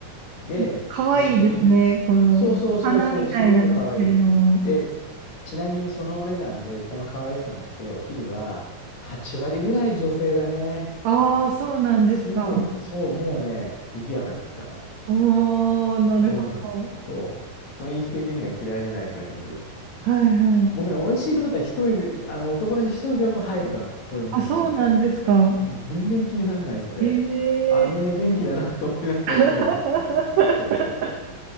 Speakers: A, on the left; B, on the right.
A: で、
B: なんか可愛いですね、
A: その日、
B: この花みたいなのってるのも。
A: そうそうそうそう、すごく可愛い。で、ちなみにそのお値段で、この可愛さなんで、お昼は8割ぐらい女性だね。
B: ああ、そうなんですか。
A: そう、そう、もうね、賑やかよ。だから。
B: おー、なるほど。
A: うん。そう。雰囲気的には嫌いじゃない、そういうの僕。
B: はいはい。
A: 僕ね、美味しいと思ったら一人で、あの、男の人一人でも入るから、そういうお店にちゃんと。
B: あ、そうなんですか。
A: うん、全然気にならない、それ。
B: え
A: あ、みんな元気だな
B: え
A: <laughs> と思いながら食べるっていう。
B: <laughs>
A: そうそうそうそう。